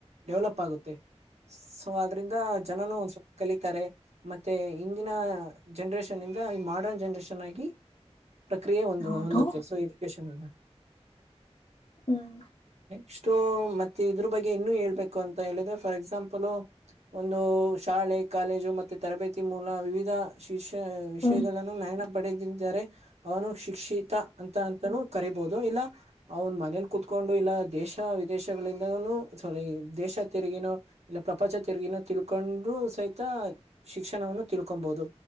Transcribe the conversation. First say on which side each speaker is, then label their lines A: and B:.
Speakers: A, on the right; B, on the left.
A: ಡೆವಲಪ್ ಆಗುತ್ತೆ ಸೊ ಅದ್ರಂದ ಜನನು ಒ ಸ್ವಲ್ಪ ಕಲಿಿಕ ಮತ್ತೆ ಇಂದಿನ ಜನರೇಷನ್ ಇಂದ ಈ ಮಾಡ್ರನ್ ಜನರೇಷನ್ ಆಗಿ ಪ್ರಕ್ರಿಯೆ ಒಂದು
B: ಹೌದು
A: ಹೊಂದುತ್ತೆ ಸೊ ಎಜುಕೇಶನ್ ಅ
B: ಹ್ಮ್
A: ಇಷ್ಟೋ ಮತ್ತೆ ಇದ್ರ ಬಗ್ಗೆ ಇನ್ನು ಹೇಬೇಕು ಅಂತ ಹೇಳಿದ್ರೆ ಫಾರ್ ಎಕ್ಸಾಂಪಲ್ ಒಂದು ಶಾಲೆ ಕಾಲೇಜು ಮೆ ತರಬೇತಿ ಮೂಲ ವಿವಿಧ ವಿಷ ವಿಷಯಗಳನ್ನು
B: ಹ್ಮ್
A: ನಯನ ಪಡೆದಿದ್ದಾರೆ ಅವನು ಶಿಕ್ಷಿತ ಅಂತ ಅಂತನೂ ಕರಿಬಹುದು ಇಲ್ಲ ಅವನ್ ಮನೇಲಿ ಕುೂತ್ಕೊಂಡು ಇಲ್ಲ ದೇಶ ವಿದೇಶಗಳಿಂದನು ಸಾರಿ ದೇಶ ತಿರುಗಿನೋ ಇಲ್ಲ ಪ್ರಪಂಚ ತಿರುಗಿನೋ ತಿಳ್ಕೊಂಡ್ರರು ಸಹಿತ ಶಿಕ್ಷಣವನ್ನು ತಿಳ್ಕೊಬಹುದು